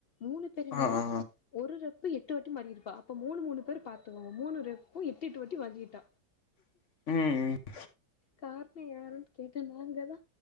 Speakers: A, on the left (about 80°); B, on the left (about 50°).
A: மூணு பேருமே
B: ஆ ஆ
A: ஒரு ரப் <inaudible> எட்டு வட்டி மாறிருப்பா அப்ப மூணு மூணு பேர் பாத்துக்கோங்க மூணு ரெப்பு எட்டு எட்டு வாட்டி வாங்கிட்டா
B: ம் ம்
A: கார்ணொ யாருன்னு கேட்டா நாங்கதா